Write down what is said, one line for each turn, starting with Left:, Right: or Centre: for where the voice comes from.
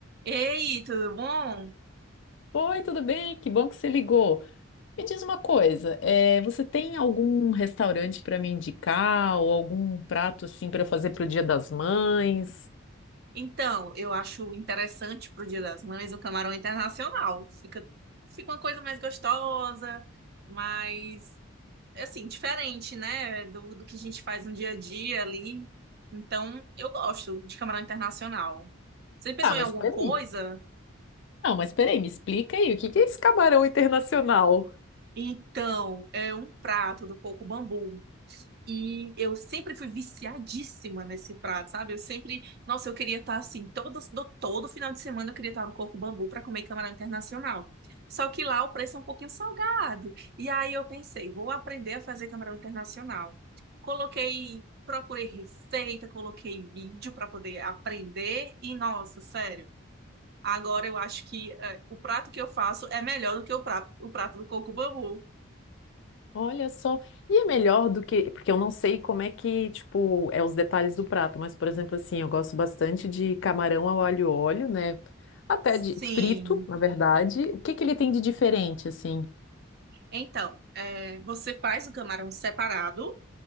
Right: Ei, tudo bom?
Left: Oi, tudo bem? Que bom que você ligou. Me diz uma coisa, eh, você tem algum restaurante para me indicar ou algum prato assim para fazer para o Dia das Mães?
Right: Então, eu acho interessante pro Dia das Mães o camarão internacional. Fica, fica uma coisa mais gostosa, mais, assim, diferente, né? Do, do que a gente faz no dia a dia ali. Então, eu gosto de camarão internacional. Você pensou
Left: Tá, mas
Right: em alguma
Left: peraí.
Right: coisa?
Left: Não, mas peraí, me explica aí, o que que é esse camarão internacional?
Right: Então, é um prato do coco bambu. E eu sempre fui viciadíssima nesse prato, sabe? Eu sempre, nossa, eu queria estar assim, todo, do- todo final de semana eu queria estar no Coco Bambu para comer camarão internacional. Só que lá o preço é um pouquinho salgado. E aí eu pensei, vou aprender a fazer camarão internacional. Coloquei, procurei receita, coloquei vídeo para poder aprender e nossa, sério, agora eu acho que eh, o prato que eu faço é melhor do que o prato, o prato do Coco Bambu.
Left: Olha só, e é melhor do que, porque eu não sei como é que, tipo, é os detalhes do prato, mas por exemplo assim, eu gosto bastante de camarão ao alho e óleo, né? Até
Right: Sim.
Left: de frito, na verdade. O que que ele tem de diferente assim?
Right: Então, é, você faz o camarão separado,